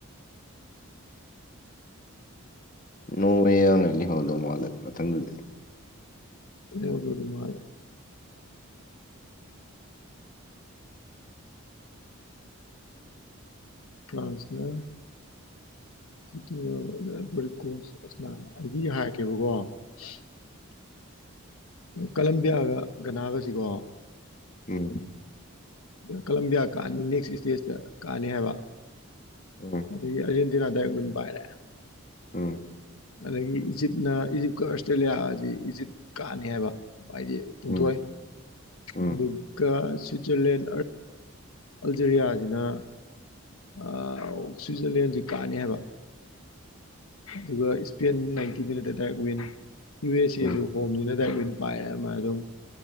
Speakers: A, on the left; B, on the left.
A: ꯅꯣꯡꯑꯦꯅ ꯂꯩꯍꯧꯗꯧ ꯃꯥꯜꯂꯦ ꯃꯊꯪꯗꯗꯤ
B: ꯂꯩꯗꯣꯗꯤ ꯃꯥꯜꯂꯦ ꯐ꯭ꯔꯥꯟꯁꯅ <unintelligible> ꯀꯂꯝꯕꯤꯌꯥꯒ ꯒꯅꯥꯒꯁꯤꯀꯣ
A: ꯎꯝ
B: ꯀꯂꯝꯕꯤꯌꯥ ꯀꯥꯅꯤ ꯅꯦꯛꯁ ꯏꯁꯇꯦꯖꯇ ꯀꯥꯅꯤ ꯍꯥꯏꯕ
A: ꯎꯝ
B: ꯑꯗꯒꯤ ꯑꯔꯖꯦꯟꯇꯤꯅꯥꯗ ꯗꯥꯢ ꯋꯤꯟ ꯄꯥꯏꯔꯦ
A: ꯎꯝ
B: ꯑꯗꯒꯤ ꯏꯖꯤꯞꯅ ꯏꯖꯤꯞꯀ ꯑꯁꯇ꯭ꯔꯦꯂꯤꯌꯥ ꯑꯁꯤ ꯏꯖꯤꯞ ꯀꯥꯅꯤ ꯍꯥꯏꯕ ꯍꯥꯏꯗꯤ ꯄꯨꯡꯊꯣꯢ
A: ꯎꯝ ꯎꯝ
B: ꯑꯗꯨꯒ ꯁ꯭ꯋꯤꯠꯖꯔꯂꯦꯟ ꯑꯜꯖꯔꯤꯌꯥꯒꯤꯅ ꯑꯥ ꯁ꯭ꯋꯤꯖꯔꯂꯦꯟꯁꯦ ꯀꯥꯅꯤ ꯍꯥꯏꯕ ꯑꯗꯨꯒ ꯏꯁꯄꯦꯟ ꯅꯥꯏꯟꯇꯤ ꯃꯤꯅꯠ ꯍꯥꯏꯇꯥꯔꯦ ꯋꯤꯟ ꯌꯨ ꯑꯦꯁ
A: ꯎꯝ
B: ꯑꯦꯁꯨ ꯍꯣꯝꯅꯤꯅ ꯂꯨꯅ ꯄꯥꯏ ꯑꯃ ꯑꯗꯨꯝ